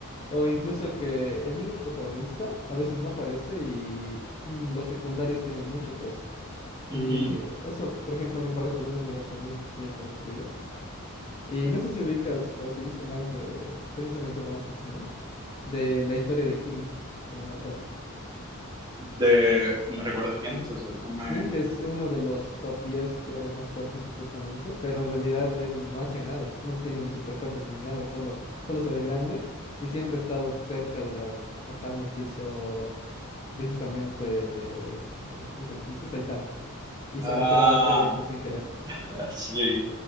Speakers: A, on the left; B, on the right.
A: O incluso que el mismo protagonista a veces no aparece y mm, los secundarios tienen mucho peso. Y
B: Ujú.
A: eh, eso, por ejemplo, me parece de un universo muy bien construido. Y no sé si ubicas o si viste más de precisamente One Punch Man, de la historia de King como tal.
B: de... ¿Me recuerdas quién es ese? Déjame...
A: King, que es uno de los top 10 héroes más fuertes supuestamente, pero en realidad él no hace nada, no tiene ni superfuerzas ni nada, solo, solo se ve grande y siempre ha estado cerca de las hazañas que hizo precisamente, eh, ¿cómo se dice? Saitama. Y se
B: Ah,
A: lo quedaba el crédito sin querer.
B: <laughs> sí,